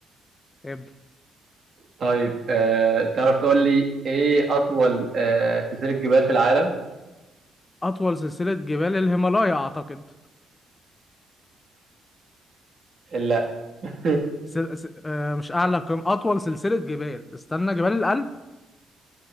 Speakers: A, on the left; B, on the right.
A: ابدا
B: طيب آه تعرف تقول لي ايه اطول آه سلسله جبال في العالم
A: اطول سلسله جبال الهيمالايا اعتقد
B: لا <laughs>
A: سل... س... آه مش اعلى قمة اطول سلسلة جبال استنى جبال الألب